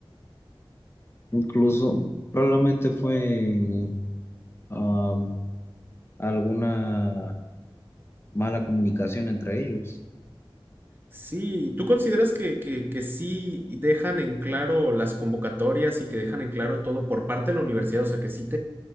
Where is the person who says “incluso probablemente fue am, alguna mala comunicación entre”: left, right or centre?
Left